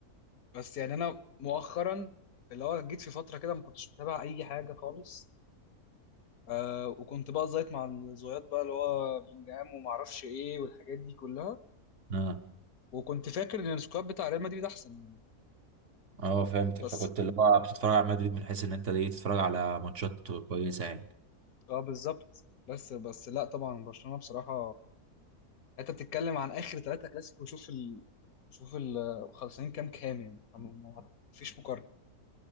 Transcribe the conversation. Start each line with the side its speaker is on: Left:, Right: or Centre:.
Left: بس يعني انا مؤخرا اللي هو جيت في فترة كده ما كنتش متابع اي حاجة خالص آه وكنت بقى زيط مع الزويات بقى اللي هو بلينجهام وما اعرفش ايه والحاجات دي كلها
Right: اه
Left: وكنت فاكر ان السكواد بتاع ريال مدريد احسن يعني
Right: اه فهمتك
Left: بس
Right: فكنت اللي هو بتتفرج على مدريد من حيث ان انت ليه تتفرج على ماتشات كويسه يعني
Left: اه بالظبط بس بس لا طبعا برشلونة بصراحة انت بتتكلم عن اخر ثلاثة كلاسيكو وشوف ال... شوف ال... خلصانين كام كام يعني فما- ما- مفيش مقارنة